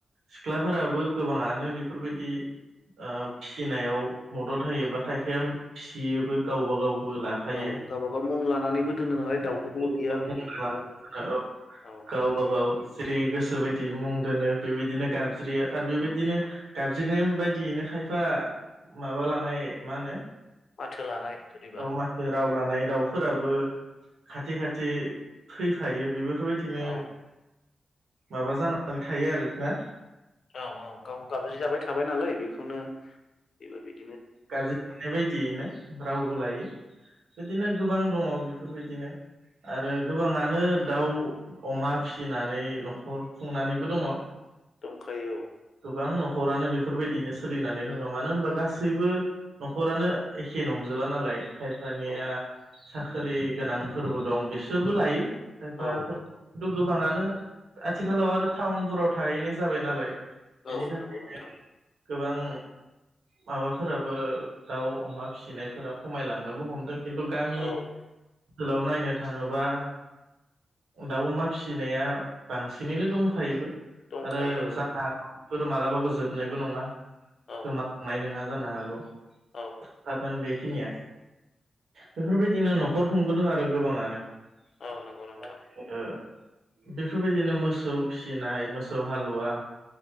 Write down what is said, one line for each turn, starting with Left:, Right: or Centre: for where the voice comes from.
Right: सिख्लाफोराबो गोबाङानो बेफोरबायदि आब फिसिनायाव मदद होयोबा खायफाया फिसियोबो गावबा गाव बो लाफायो
Left: औ गावबागाव मुं लानानैबो दोनो नालाय
Right: <unintelligible>
Left: दाउफोरखौबो बियो आंनि बियो आंनि औ
Right: गावबा गाव जेरै गोसो बायदि मुं दोनो बेबायदिनो गाबज्रियो आरो बेबायदिनो गाबज्रिनाय बायदियैनो खाय माबा लानाय मा होनो
Left: माथो लानाय जेनेबा
Right: ओ मानसिनि राव लानाय दाउफोराबो खाथि खाथि फैफायो बेफोरबायदिनो
Left: औ
Right: माबा जानानै थायो आरोखि ना
Left: औ औ गावबो गाबज्रि जाबाय थाबाय नालाय बेखौनो बेबो बिदि
Right: गाबज्रिनाय बायदियैनो रावबो लायो। बिदिनो गोबां दङ बेफोरबायदिनो। आरो गोबाङानो दाउ अमा फिसिनानै न'खर खुंनानैबो दङ।
Left: दंखायो
Right: गोबां न'खरानो बेफोरबायदिनो सोलिनानै दङ मानो होनबा गासैबो न'खरानो एखे नंजोबा नालाय खायफानिया
Left: औ
Right: साखिरि गोनांफोरबो दं बिसोरबो लायो खायफाफोर
Left: औ औ नंगौ
Right: थ गोबाङानो आथिखालाव आरो टाउनफोराव थाहैनाय जाबाय नालाय बेनि
Left: औ
Right: थाखाय
Left: नंगौ नोंथां।
Right: गोबां माबाफोराबो दाउ अमा फिसिनायफोरा खमायलांनोबो हमदों। खिन्थु गामि
Left: औ
Right: ओनसोलाव नायनो थाङोबा दाउ अमा फिसिनाया बांसिनैनो दंखायोबो। आरो
Left: दंखायो
Right: जानो हागौ बेफोर मालाबाबो जोबनायबो नङा
Left: औ
Right: गोमांनाय नङा जानो हागौ
Left: औ
Right: <unintelligible> निया बेफोरबायदिनो न'खर खुंबोदों आरो गोबाङानो <unintelligible>
Left: औ नंगौ नोंथां
Right: बेफोरबायदिनो मोसौ फिसिनाय मोसौ हालुवा